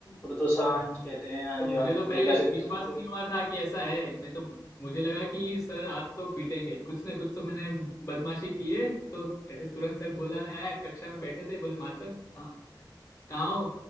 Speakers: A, on the left; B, on the left.
A: प्रोत्साहन
B: हाँ,
A: कहते हैं
B: तो
A: या
B: मुझे तो पहले
A: ये कह सकते
B: विश्वास
A: हो कोई
B: ही नहीं हुआ था कि ऐसा है मैं तो मुझे लगा कि सर आज तो पीटेंगे कुछ ना कुछ तो मैंने बदमाशी की है तो ऐसे तुरंत सर बुलाने आया कक्षा में बैठे थे बोले मातक कहाँ हो